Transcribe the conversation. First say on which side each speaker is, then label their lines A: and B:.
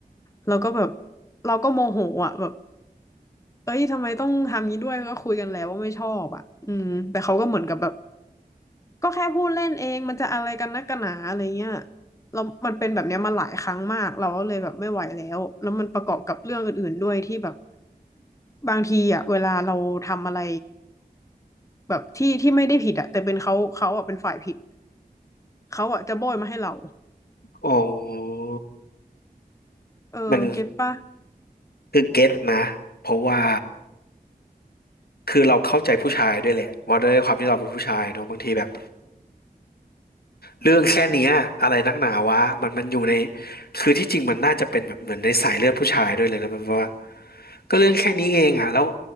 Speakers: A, on the left; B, on the left.
A: เราก็แบบเราก็โมโหอ่ะแบบ เอ้ยทำไมต้องทำนี้ด้วยก็คุยกันแล้วว่าไม่ชอบอ่ะอืมแต่เขาก็เหมือนกับแบบก็แค่พูดเล่นเองมันจะอะไรกันนักกันหนาอะไรเงี้ยเรามันเป็นแบบเนี้ยมาหลายครั้งมากเราก็เลยแบบไม่ไหวแล้วแล้วมันประกอบกับเรื่องอื่นๆด้วยที่แบบบางทีอ่ะเวลาเราทำอะไรแบบที่ที่ไม่ได้ผิดอ่ะแต่เป็นเขาเขาอ่ะเป็นฝ่ายผิดเขาอ่ะจะโบยมาให้เรา
B: โอ้
A: เออเก็ตปะ
B: มันคือเก็ตนะเพราะว่าคือเราเข้าใจผู้ชายด้วยแหละว่าด้วยความที่เราเป็นผู้ชายเนอะบางทีแบบ เรื่องแค่เนี้ยอะไรนักหนาวะมันมันอยู่ในคือที่จริงมันน่าจะเป็นแบบเหมือนในสายเลือดผู้ชายด้วยเลยนะมันเพราะว่าก็เรื่องแค่นี้เองอ่ะแล้ว